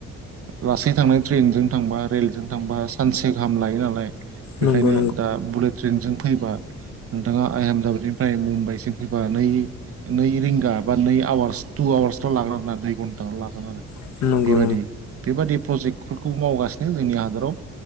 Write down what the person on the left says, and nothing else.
नंगौ नंगौ
नंगौ
नंगौ